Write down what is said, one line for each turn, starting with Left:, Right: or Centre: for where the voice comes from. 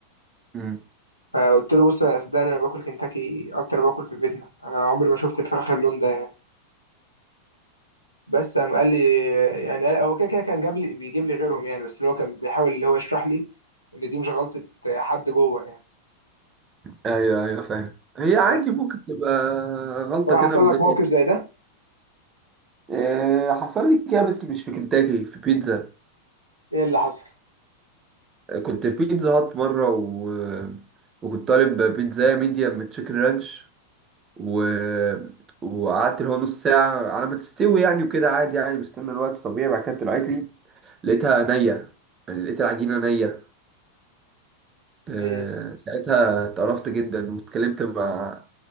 Right: أمم.
Left: فقلت له بص يا صدقني انا باكل كنتاكي اكتر ما باكل في بيتنا انا عمري ما شفت الفراخ اللون ده يعني. بس قام قال لي يعني قال- هو كده كده كان جاب لي بيجيب لي غيرهم يعني بس اللي هو كان بيحاول اللي هو يشرح لي ان دي مش غلطة حد جوه يعني
Right: ايوه ايوه فاهم هي عادي
Left: بس
Right: ممكن تبقى غلطة
Left: بقى
Right: كده
Left: حصل
Right: من
Left: لك
Right: غير
Left: موقف زي ده
Right: آه، حصل لي كده بس مش في كنتاكي في بيتزا
Left: ايه اللي حصل
Right: آه، كنت في بيتزا هات مرة و... وكنت طالب بيتزا ميديم من تشيكن رانش و... وقعدت اللي هو نص ساعة على ما تستوي يعني وكده عادي يعني بستنى الوقت طبيعي بعد كده طلعت لي لقيتها نية يعني لقيت العجينة نية آه،
Left: امم
Right: ساعتها اتقرفت جدا واتكلمت مع